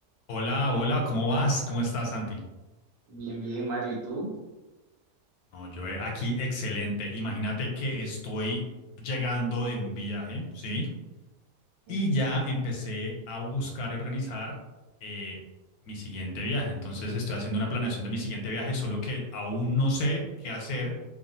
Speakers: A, on the left (about 75°); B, on the right (about 60°).
A: Hola, hola, ¿cómo vas? ¿Cómo estás, Santi?
B: Bien, bien, Mario, ¿y tú?
A: No, yo eh, aquí excelente. Imagínate que estoy llegando de un viaje, ¿sí?
B: Ok,
A: Y ya empecé a buscar y organizar eh, mi siguiente viaje. Entonces estoy haciendo una planeación de mi siguiente viaje, solo que aún no sé qué hacer